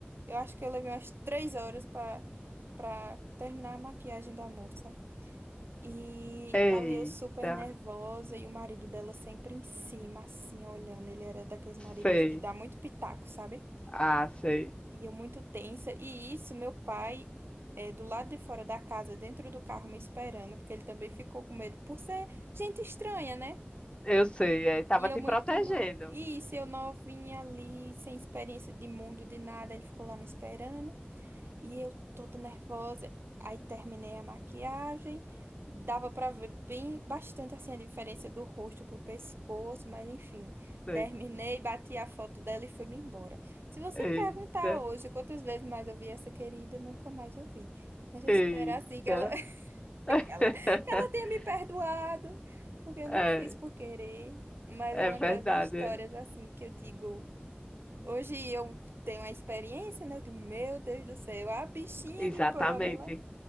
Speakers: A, on the right (about 70°); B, on the left (about 25°).
A: eu acho que eu levei umas três horas para para terminar a maquiagem da moça. E
B: Eita,
A: a Leo super nervosa e o marido dela sempre em cima, assim, olhando. Ele era daqueles maridos
B: sei.
A: de dar muito pitaco, sabe?
B: Ah, sei.
A: E eu muito tensa. E isso, meu pai, é, do lado de fora da casa, dentro do carro, me esperando, porque ele também ficou com medo por ser gente estranha, né?
B: Eu sei. É, tava
A: E eu
B: te
A: muito.
B: protegendo.
A: No... E isso, eu novinha ali, sem experiência de mundo, de nada, ele ficou lá me esperando. E eu toda nervosa, aí terminei a maquiagem, dava pra ver bem bastante assim a diferença do rosto pro pescoço, mas enfim,
B: Sei.
A: terminei, bati a foto dela e fui-me embora. Se você
B: Eita,
A: me perguntar hoje quantas vezes mais eu vi essa querida, nunca mais eu vi. Mas eu
B: eita.
A: espero assim que ela, <laughs> que
B: <laughs>
A: ela, que ela tenha me perdoado, porque eu
B: É,
A: não fiz por querer, mas
B: é
A: é uma
B: verdade.
A: das histórias
B: é.
A: assim que eu digo Hoje eu tenho a experiência, né? Eu digo, meu Deus do céu, a bichinha
B: Exatamente.
A: de Pamela.